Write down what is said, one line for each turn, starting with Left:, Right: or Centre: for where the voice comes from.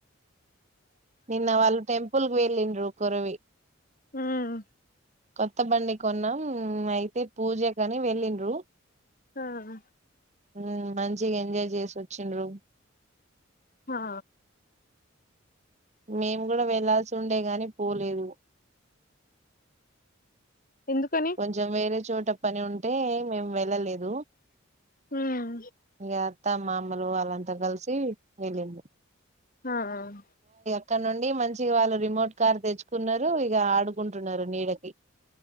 Right: నిన్న వాళ్ళు టెంపుల్ వెళ్ళిండ్రు కొరవి
Left: హమ్
Right: కొత్త బండి కొన్నాం అయితే పూజ కాని వెళ్ళిండ్రు
Left: ఆహ్
Right: హమ్ మంచిగా ఎంజాయ్ చేసి వచ్చిండ్రు
Left: హా
Right: మేము కూడా వెళ్లాల్సి ఉండేగాని పోలేదు
Left: ఎందుకని
Right: కొంచెం వేరే చోట పని ఉంటే మేము వెళ్ళలేదు
Left: హ్మ్
Right: ఇంక అత్త మామలు వాళ్ళంతా కలిసి వెలిండ్రు
Left: ఆహ్
Right: అక్కడ నుండి మంచిగా వాళ్ళు రిమోట్ కార్ తెచ్చుకున్నారు ఇక ఆడుకుంటున్నారు నీడకి